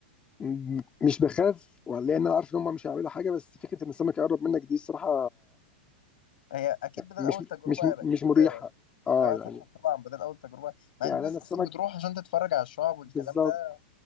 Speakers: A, on the left; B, on the left.
A: م- مش بخاف لان انا عارف ان هم مش هيعملوا حاجه بس فكره ان السمك يقرب منك دي الصراحه
B: هي اكيد بدل
A: مش
B: اول تجربه
A: مش
B: يبقى
A: مش
B: اكيد
A: مريحه اه
B: اه
A: يعني
B: طبعا طبعا بدل اول تجربه مع
A: يعني
B: ان الناس
A: انا السمك
B: اصلا بتروح عشان تتفرج على الشعاب والكلام
A: بالظبط
B: ده